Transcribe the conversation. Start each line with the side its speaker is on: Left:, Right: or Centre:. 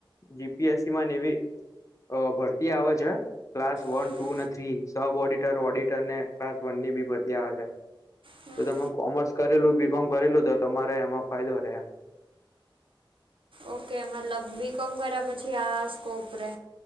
Left: જીપીએસસીમાં નેવી અ ભરતી આવે છ. ક્લાસ વન,
Right: હમ
Left: ટુ ને થ્રી, સબ ઓડિટર ઓડિટરને ક્લાસ વનની બી ભરતી આવે છે.
Right: હમ
Left: તો તમે કોમર્સ કરેલું, બીકોમ કરેલું, તો તમારે એમાં ફાયદો રે એમ.
Right: ઓકે, મતલબ બીકોમ કર્યા પછી આ સ્કોપ રે.